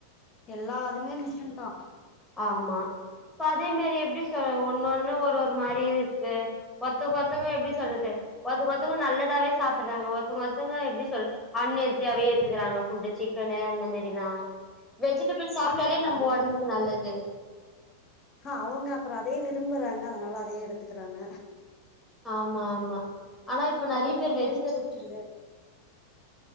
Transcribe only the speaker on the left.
எல்லாதுமே மிஷின் தான்
ஆமாங்க அப்றோ
அவங்க
அவங்க அப்புறம் அதயே விரும்புறாங்க அதனால அதயே எடுத்துக்கிறாங்க
அவங்களுக்கு
அந்த
டேஸ்ட் புடிச்சிருது